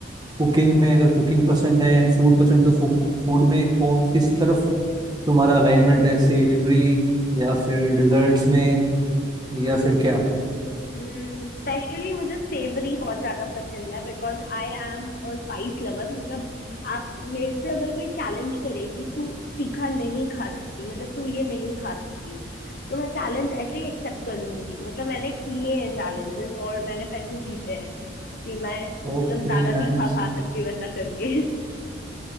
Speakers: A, on the right (about 20°); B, on the left (about 50°).
A: कुकिंग में अगर कुकिंग पसंद है एंड फूड पसंद है, तो फूड में कौन किस तरफ तुम्हारा अलाइनमेंट है सेवरी या फिर डिजर्ट्स में या फिर क्या
B: स्पेशली मुझे सेवरी बहुत ज्यादा पसंद है because I am uh spice lover मतलब आप मेरे से अगर कोई चैलेंज करे कि तू तीखा नहीं खा सकती मतलब तू ये नहीं खा सकती तो मैं चैलेंज ऐसे ही एक्सेप्ट कर लूंगी मतलब मैंने किए हैं चैलेंजेस और मैंने पैसे जीते हैं कि मैं मतलब
A: Okay
B: ज्यादा
A: nice
B: तीखा खा सकती हूँ वैसा करके